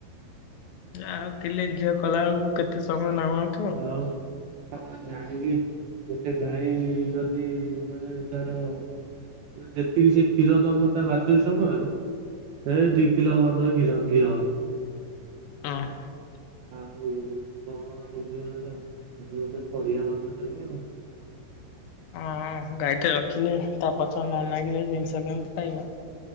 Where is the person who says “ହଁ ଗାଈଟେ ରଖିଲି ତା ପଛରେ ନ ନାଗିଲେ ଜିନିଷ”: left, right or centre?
Left